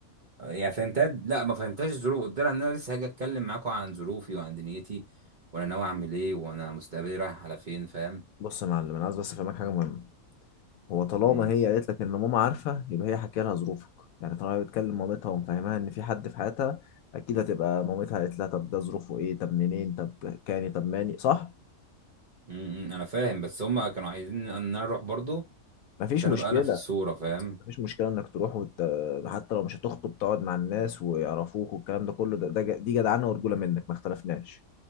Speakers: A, on the right; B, on the left.
A: يعني فهمتها لا ما فهمتهاش الظروف قلت لها ان انا لسه هاجي اتكلم معاكم عن ظروفي وعن دنيتي وانا ناوي اعمل ايه وانا مستقبلي رايح على فين فاهم
B: بص يا معلم انا عايز بس افهمك حاجه مهمه هو طالما
A: امم
B: هي قالت لك ان ماما عارفه يبقى هي حكي لها ظروفك يعني طالما هي بتكلم مامتها ومفهمها ان في حد في حياتها اكيد هتبقى مامتها قالت لها طب ده ظروفه ايه طب منين طب كاني طب ماني صح
A: أمم، انا فاهم بس هما كانوا عايزين ان انا اروح برضو
B: مفيش
A: عشان
B: مشكله
A: ابقى انا في الصورة فاهم
B: مفيش مشكلة انك تروح وت... حتى لو مش هتخطب تقعد مع الناس ويعرفوك والكلام ده كله ده, ده ج- دي جدعانة ورجولة منك ما اختلفناش